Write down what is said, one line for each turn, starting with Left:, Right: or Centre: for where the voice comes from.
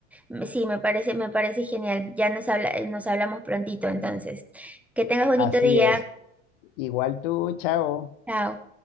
Centre: me- sí, me parece, me parece genial. Ya nos habla, nos hablamos prontito, entonces. Que tengas bonito
Left: Así
Centre: día.
Left: es. Igual tú, chao.
Centre: Chao.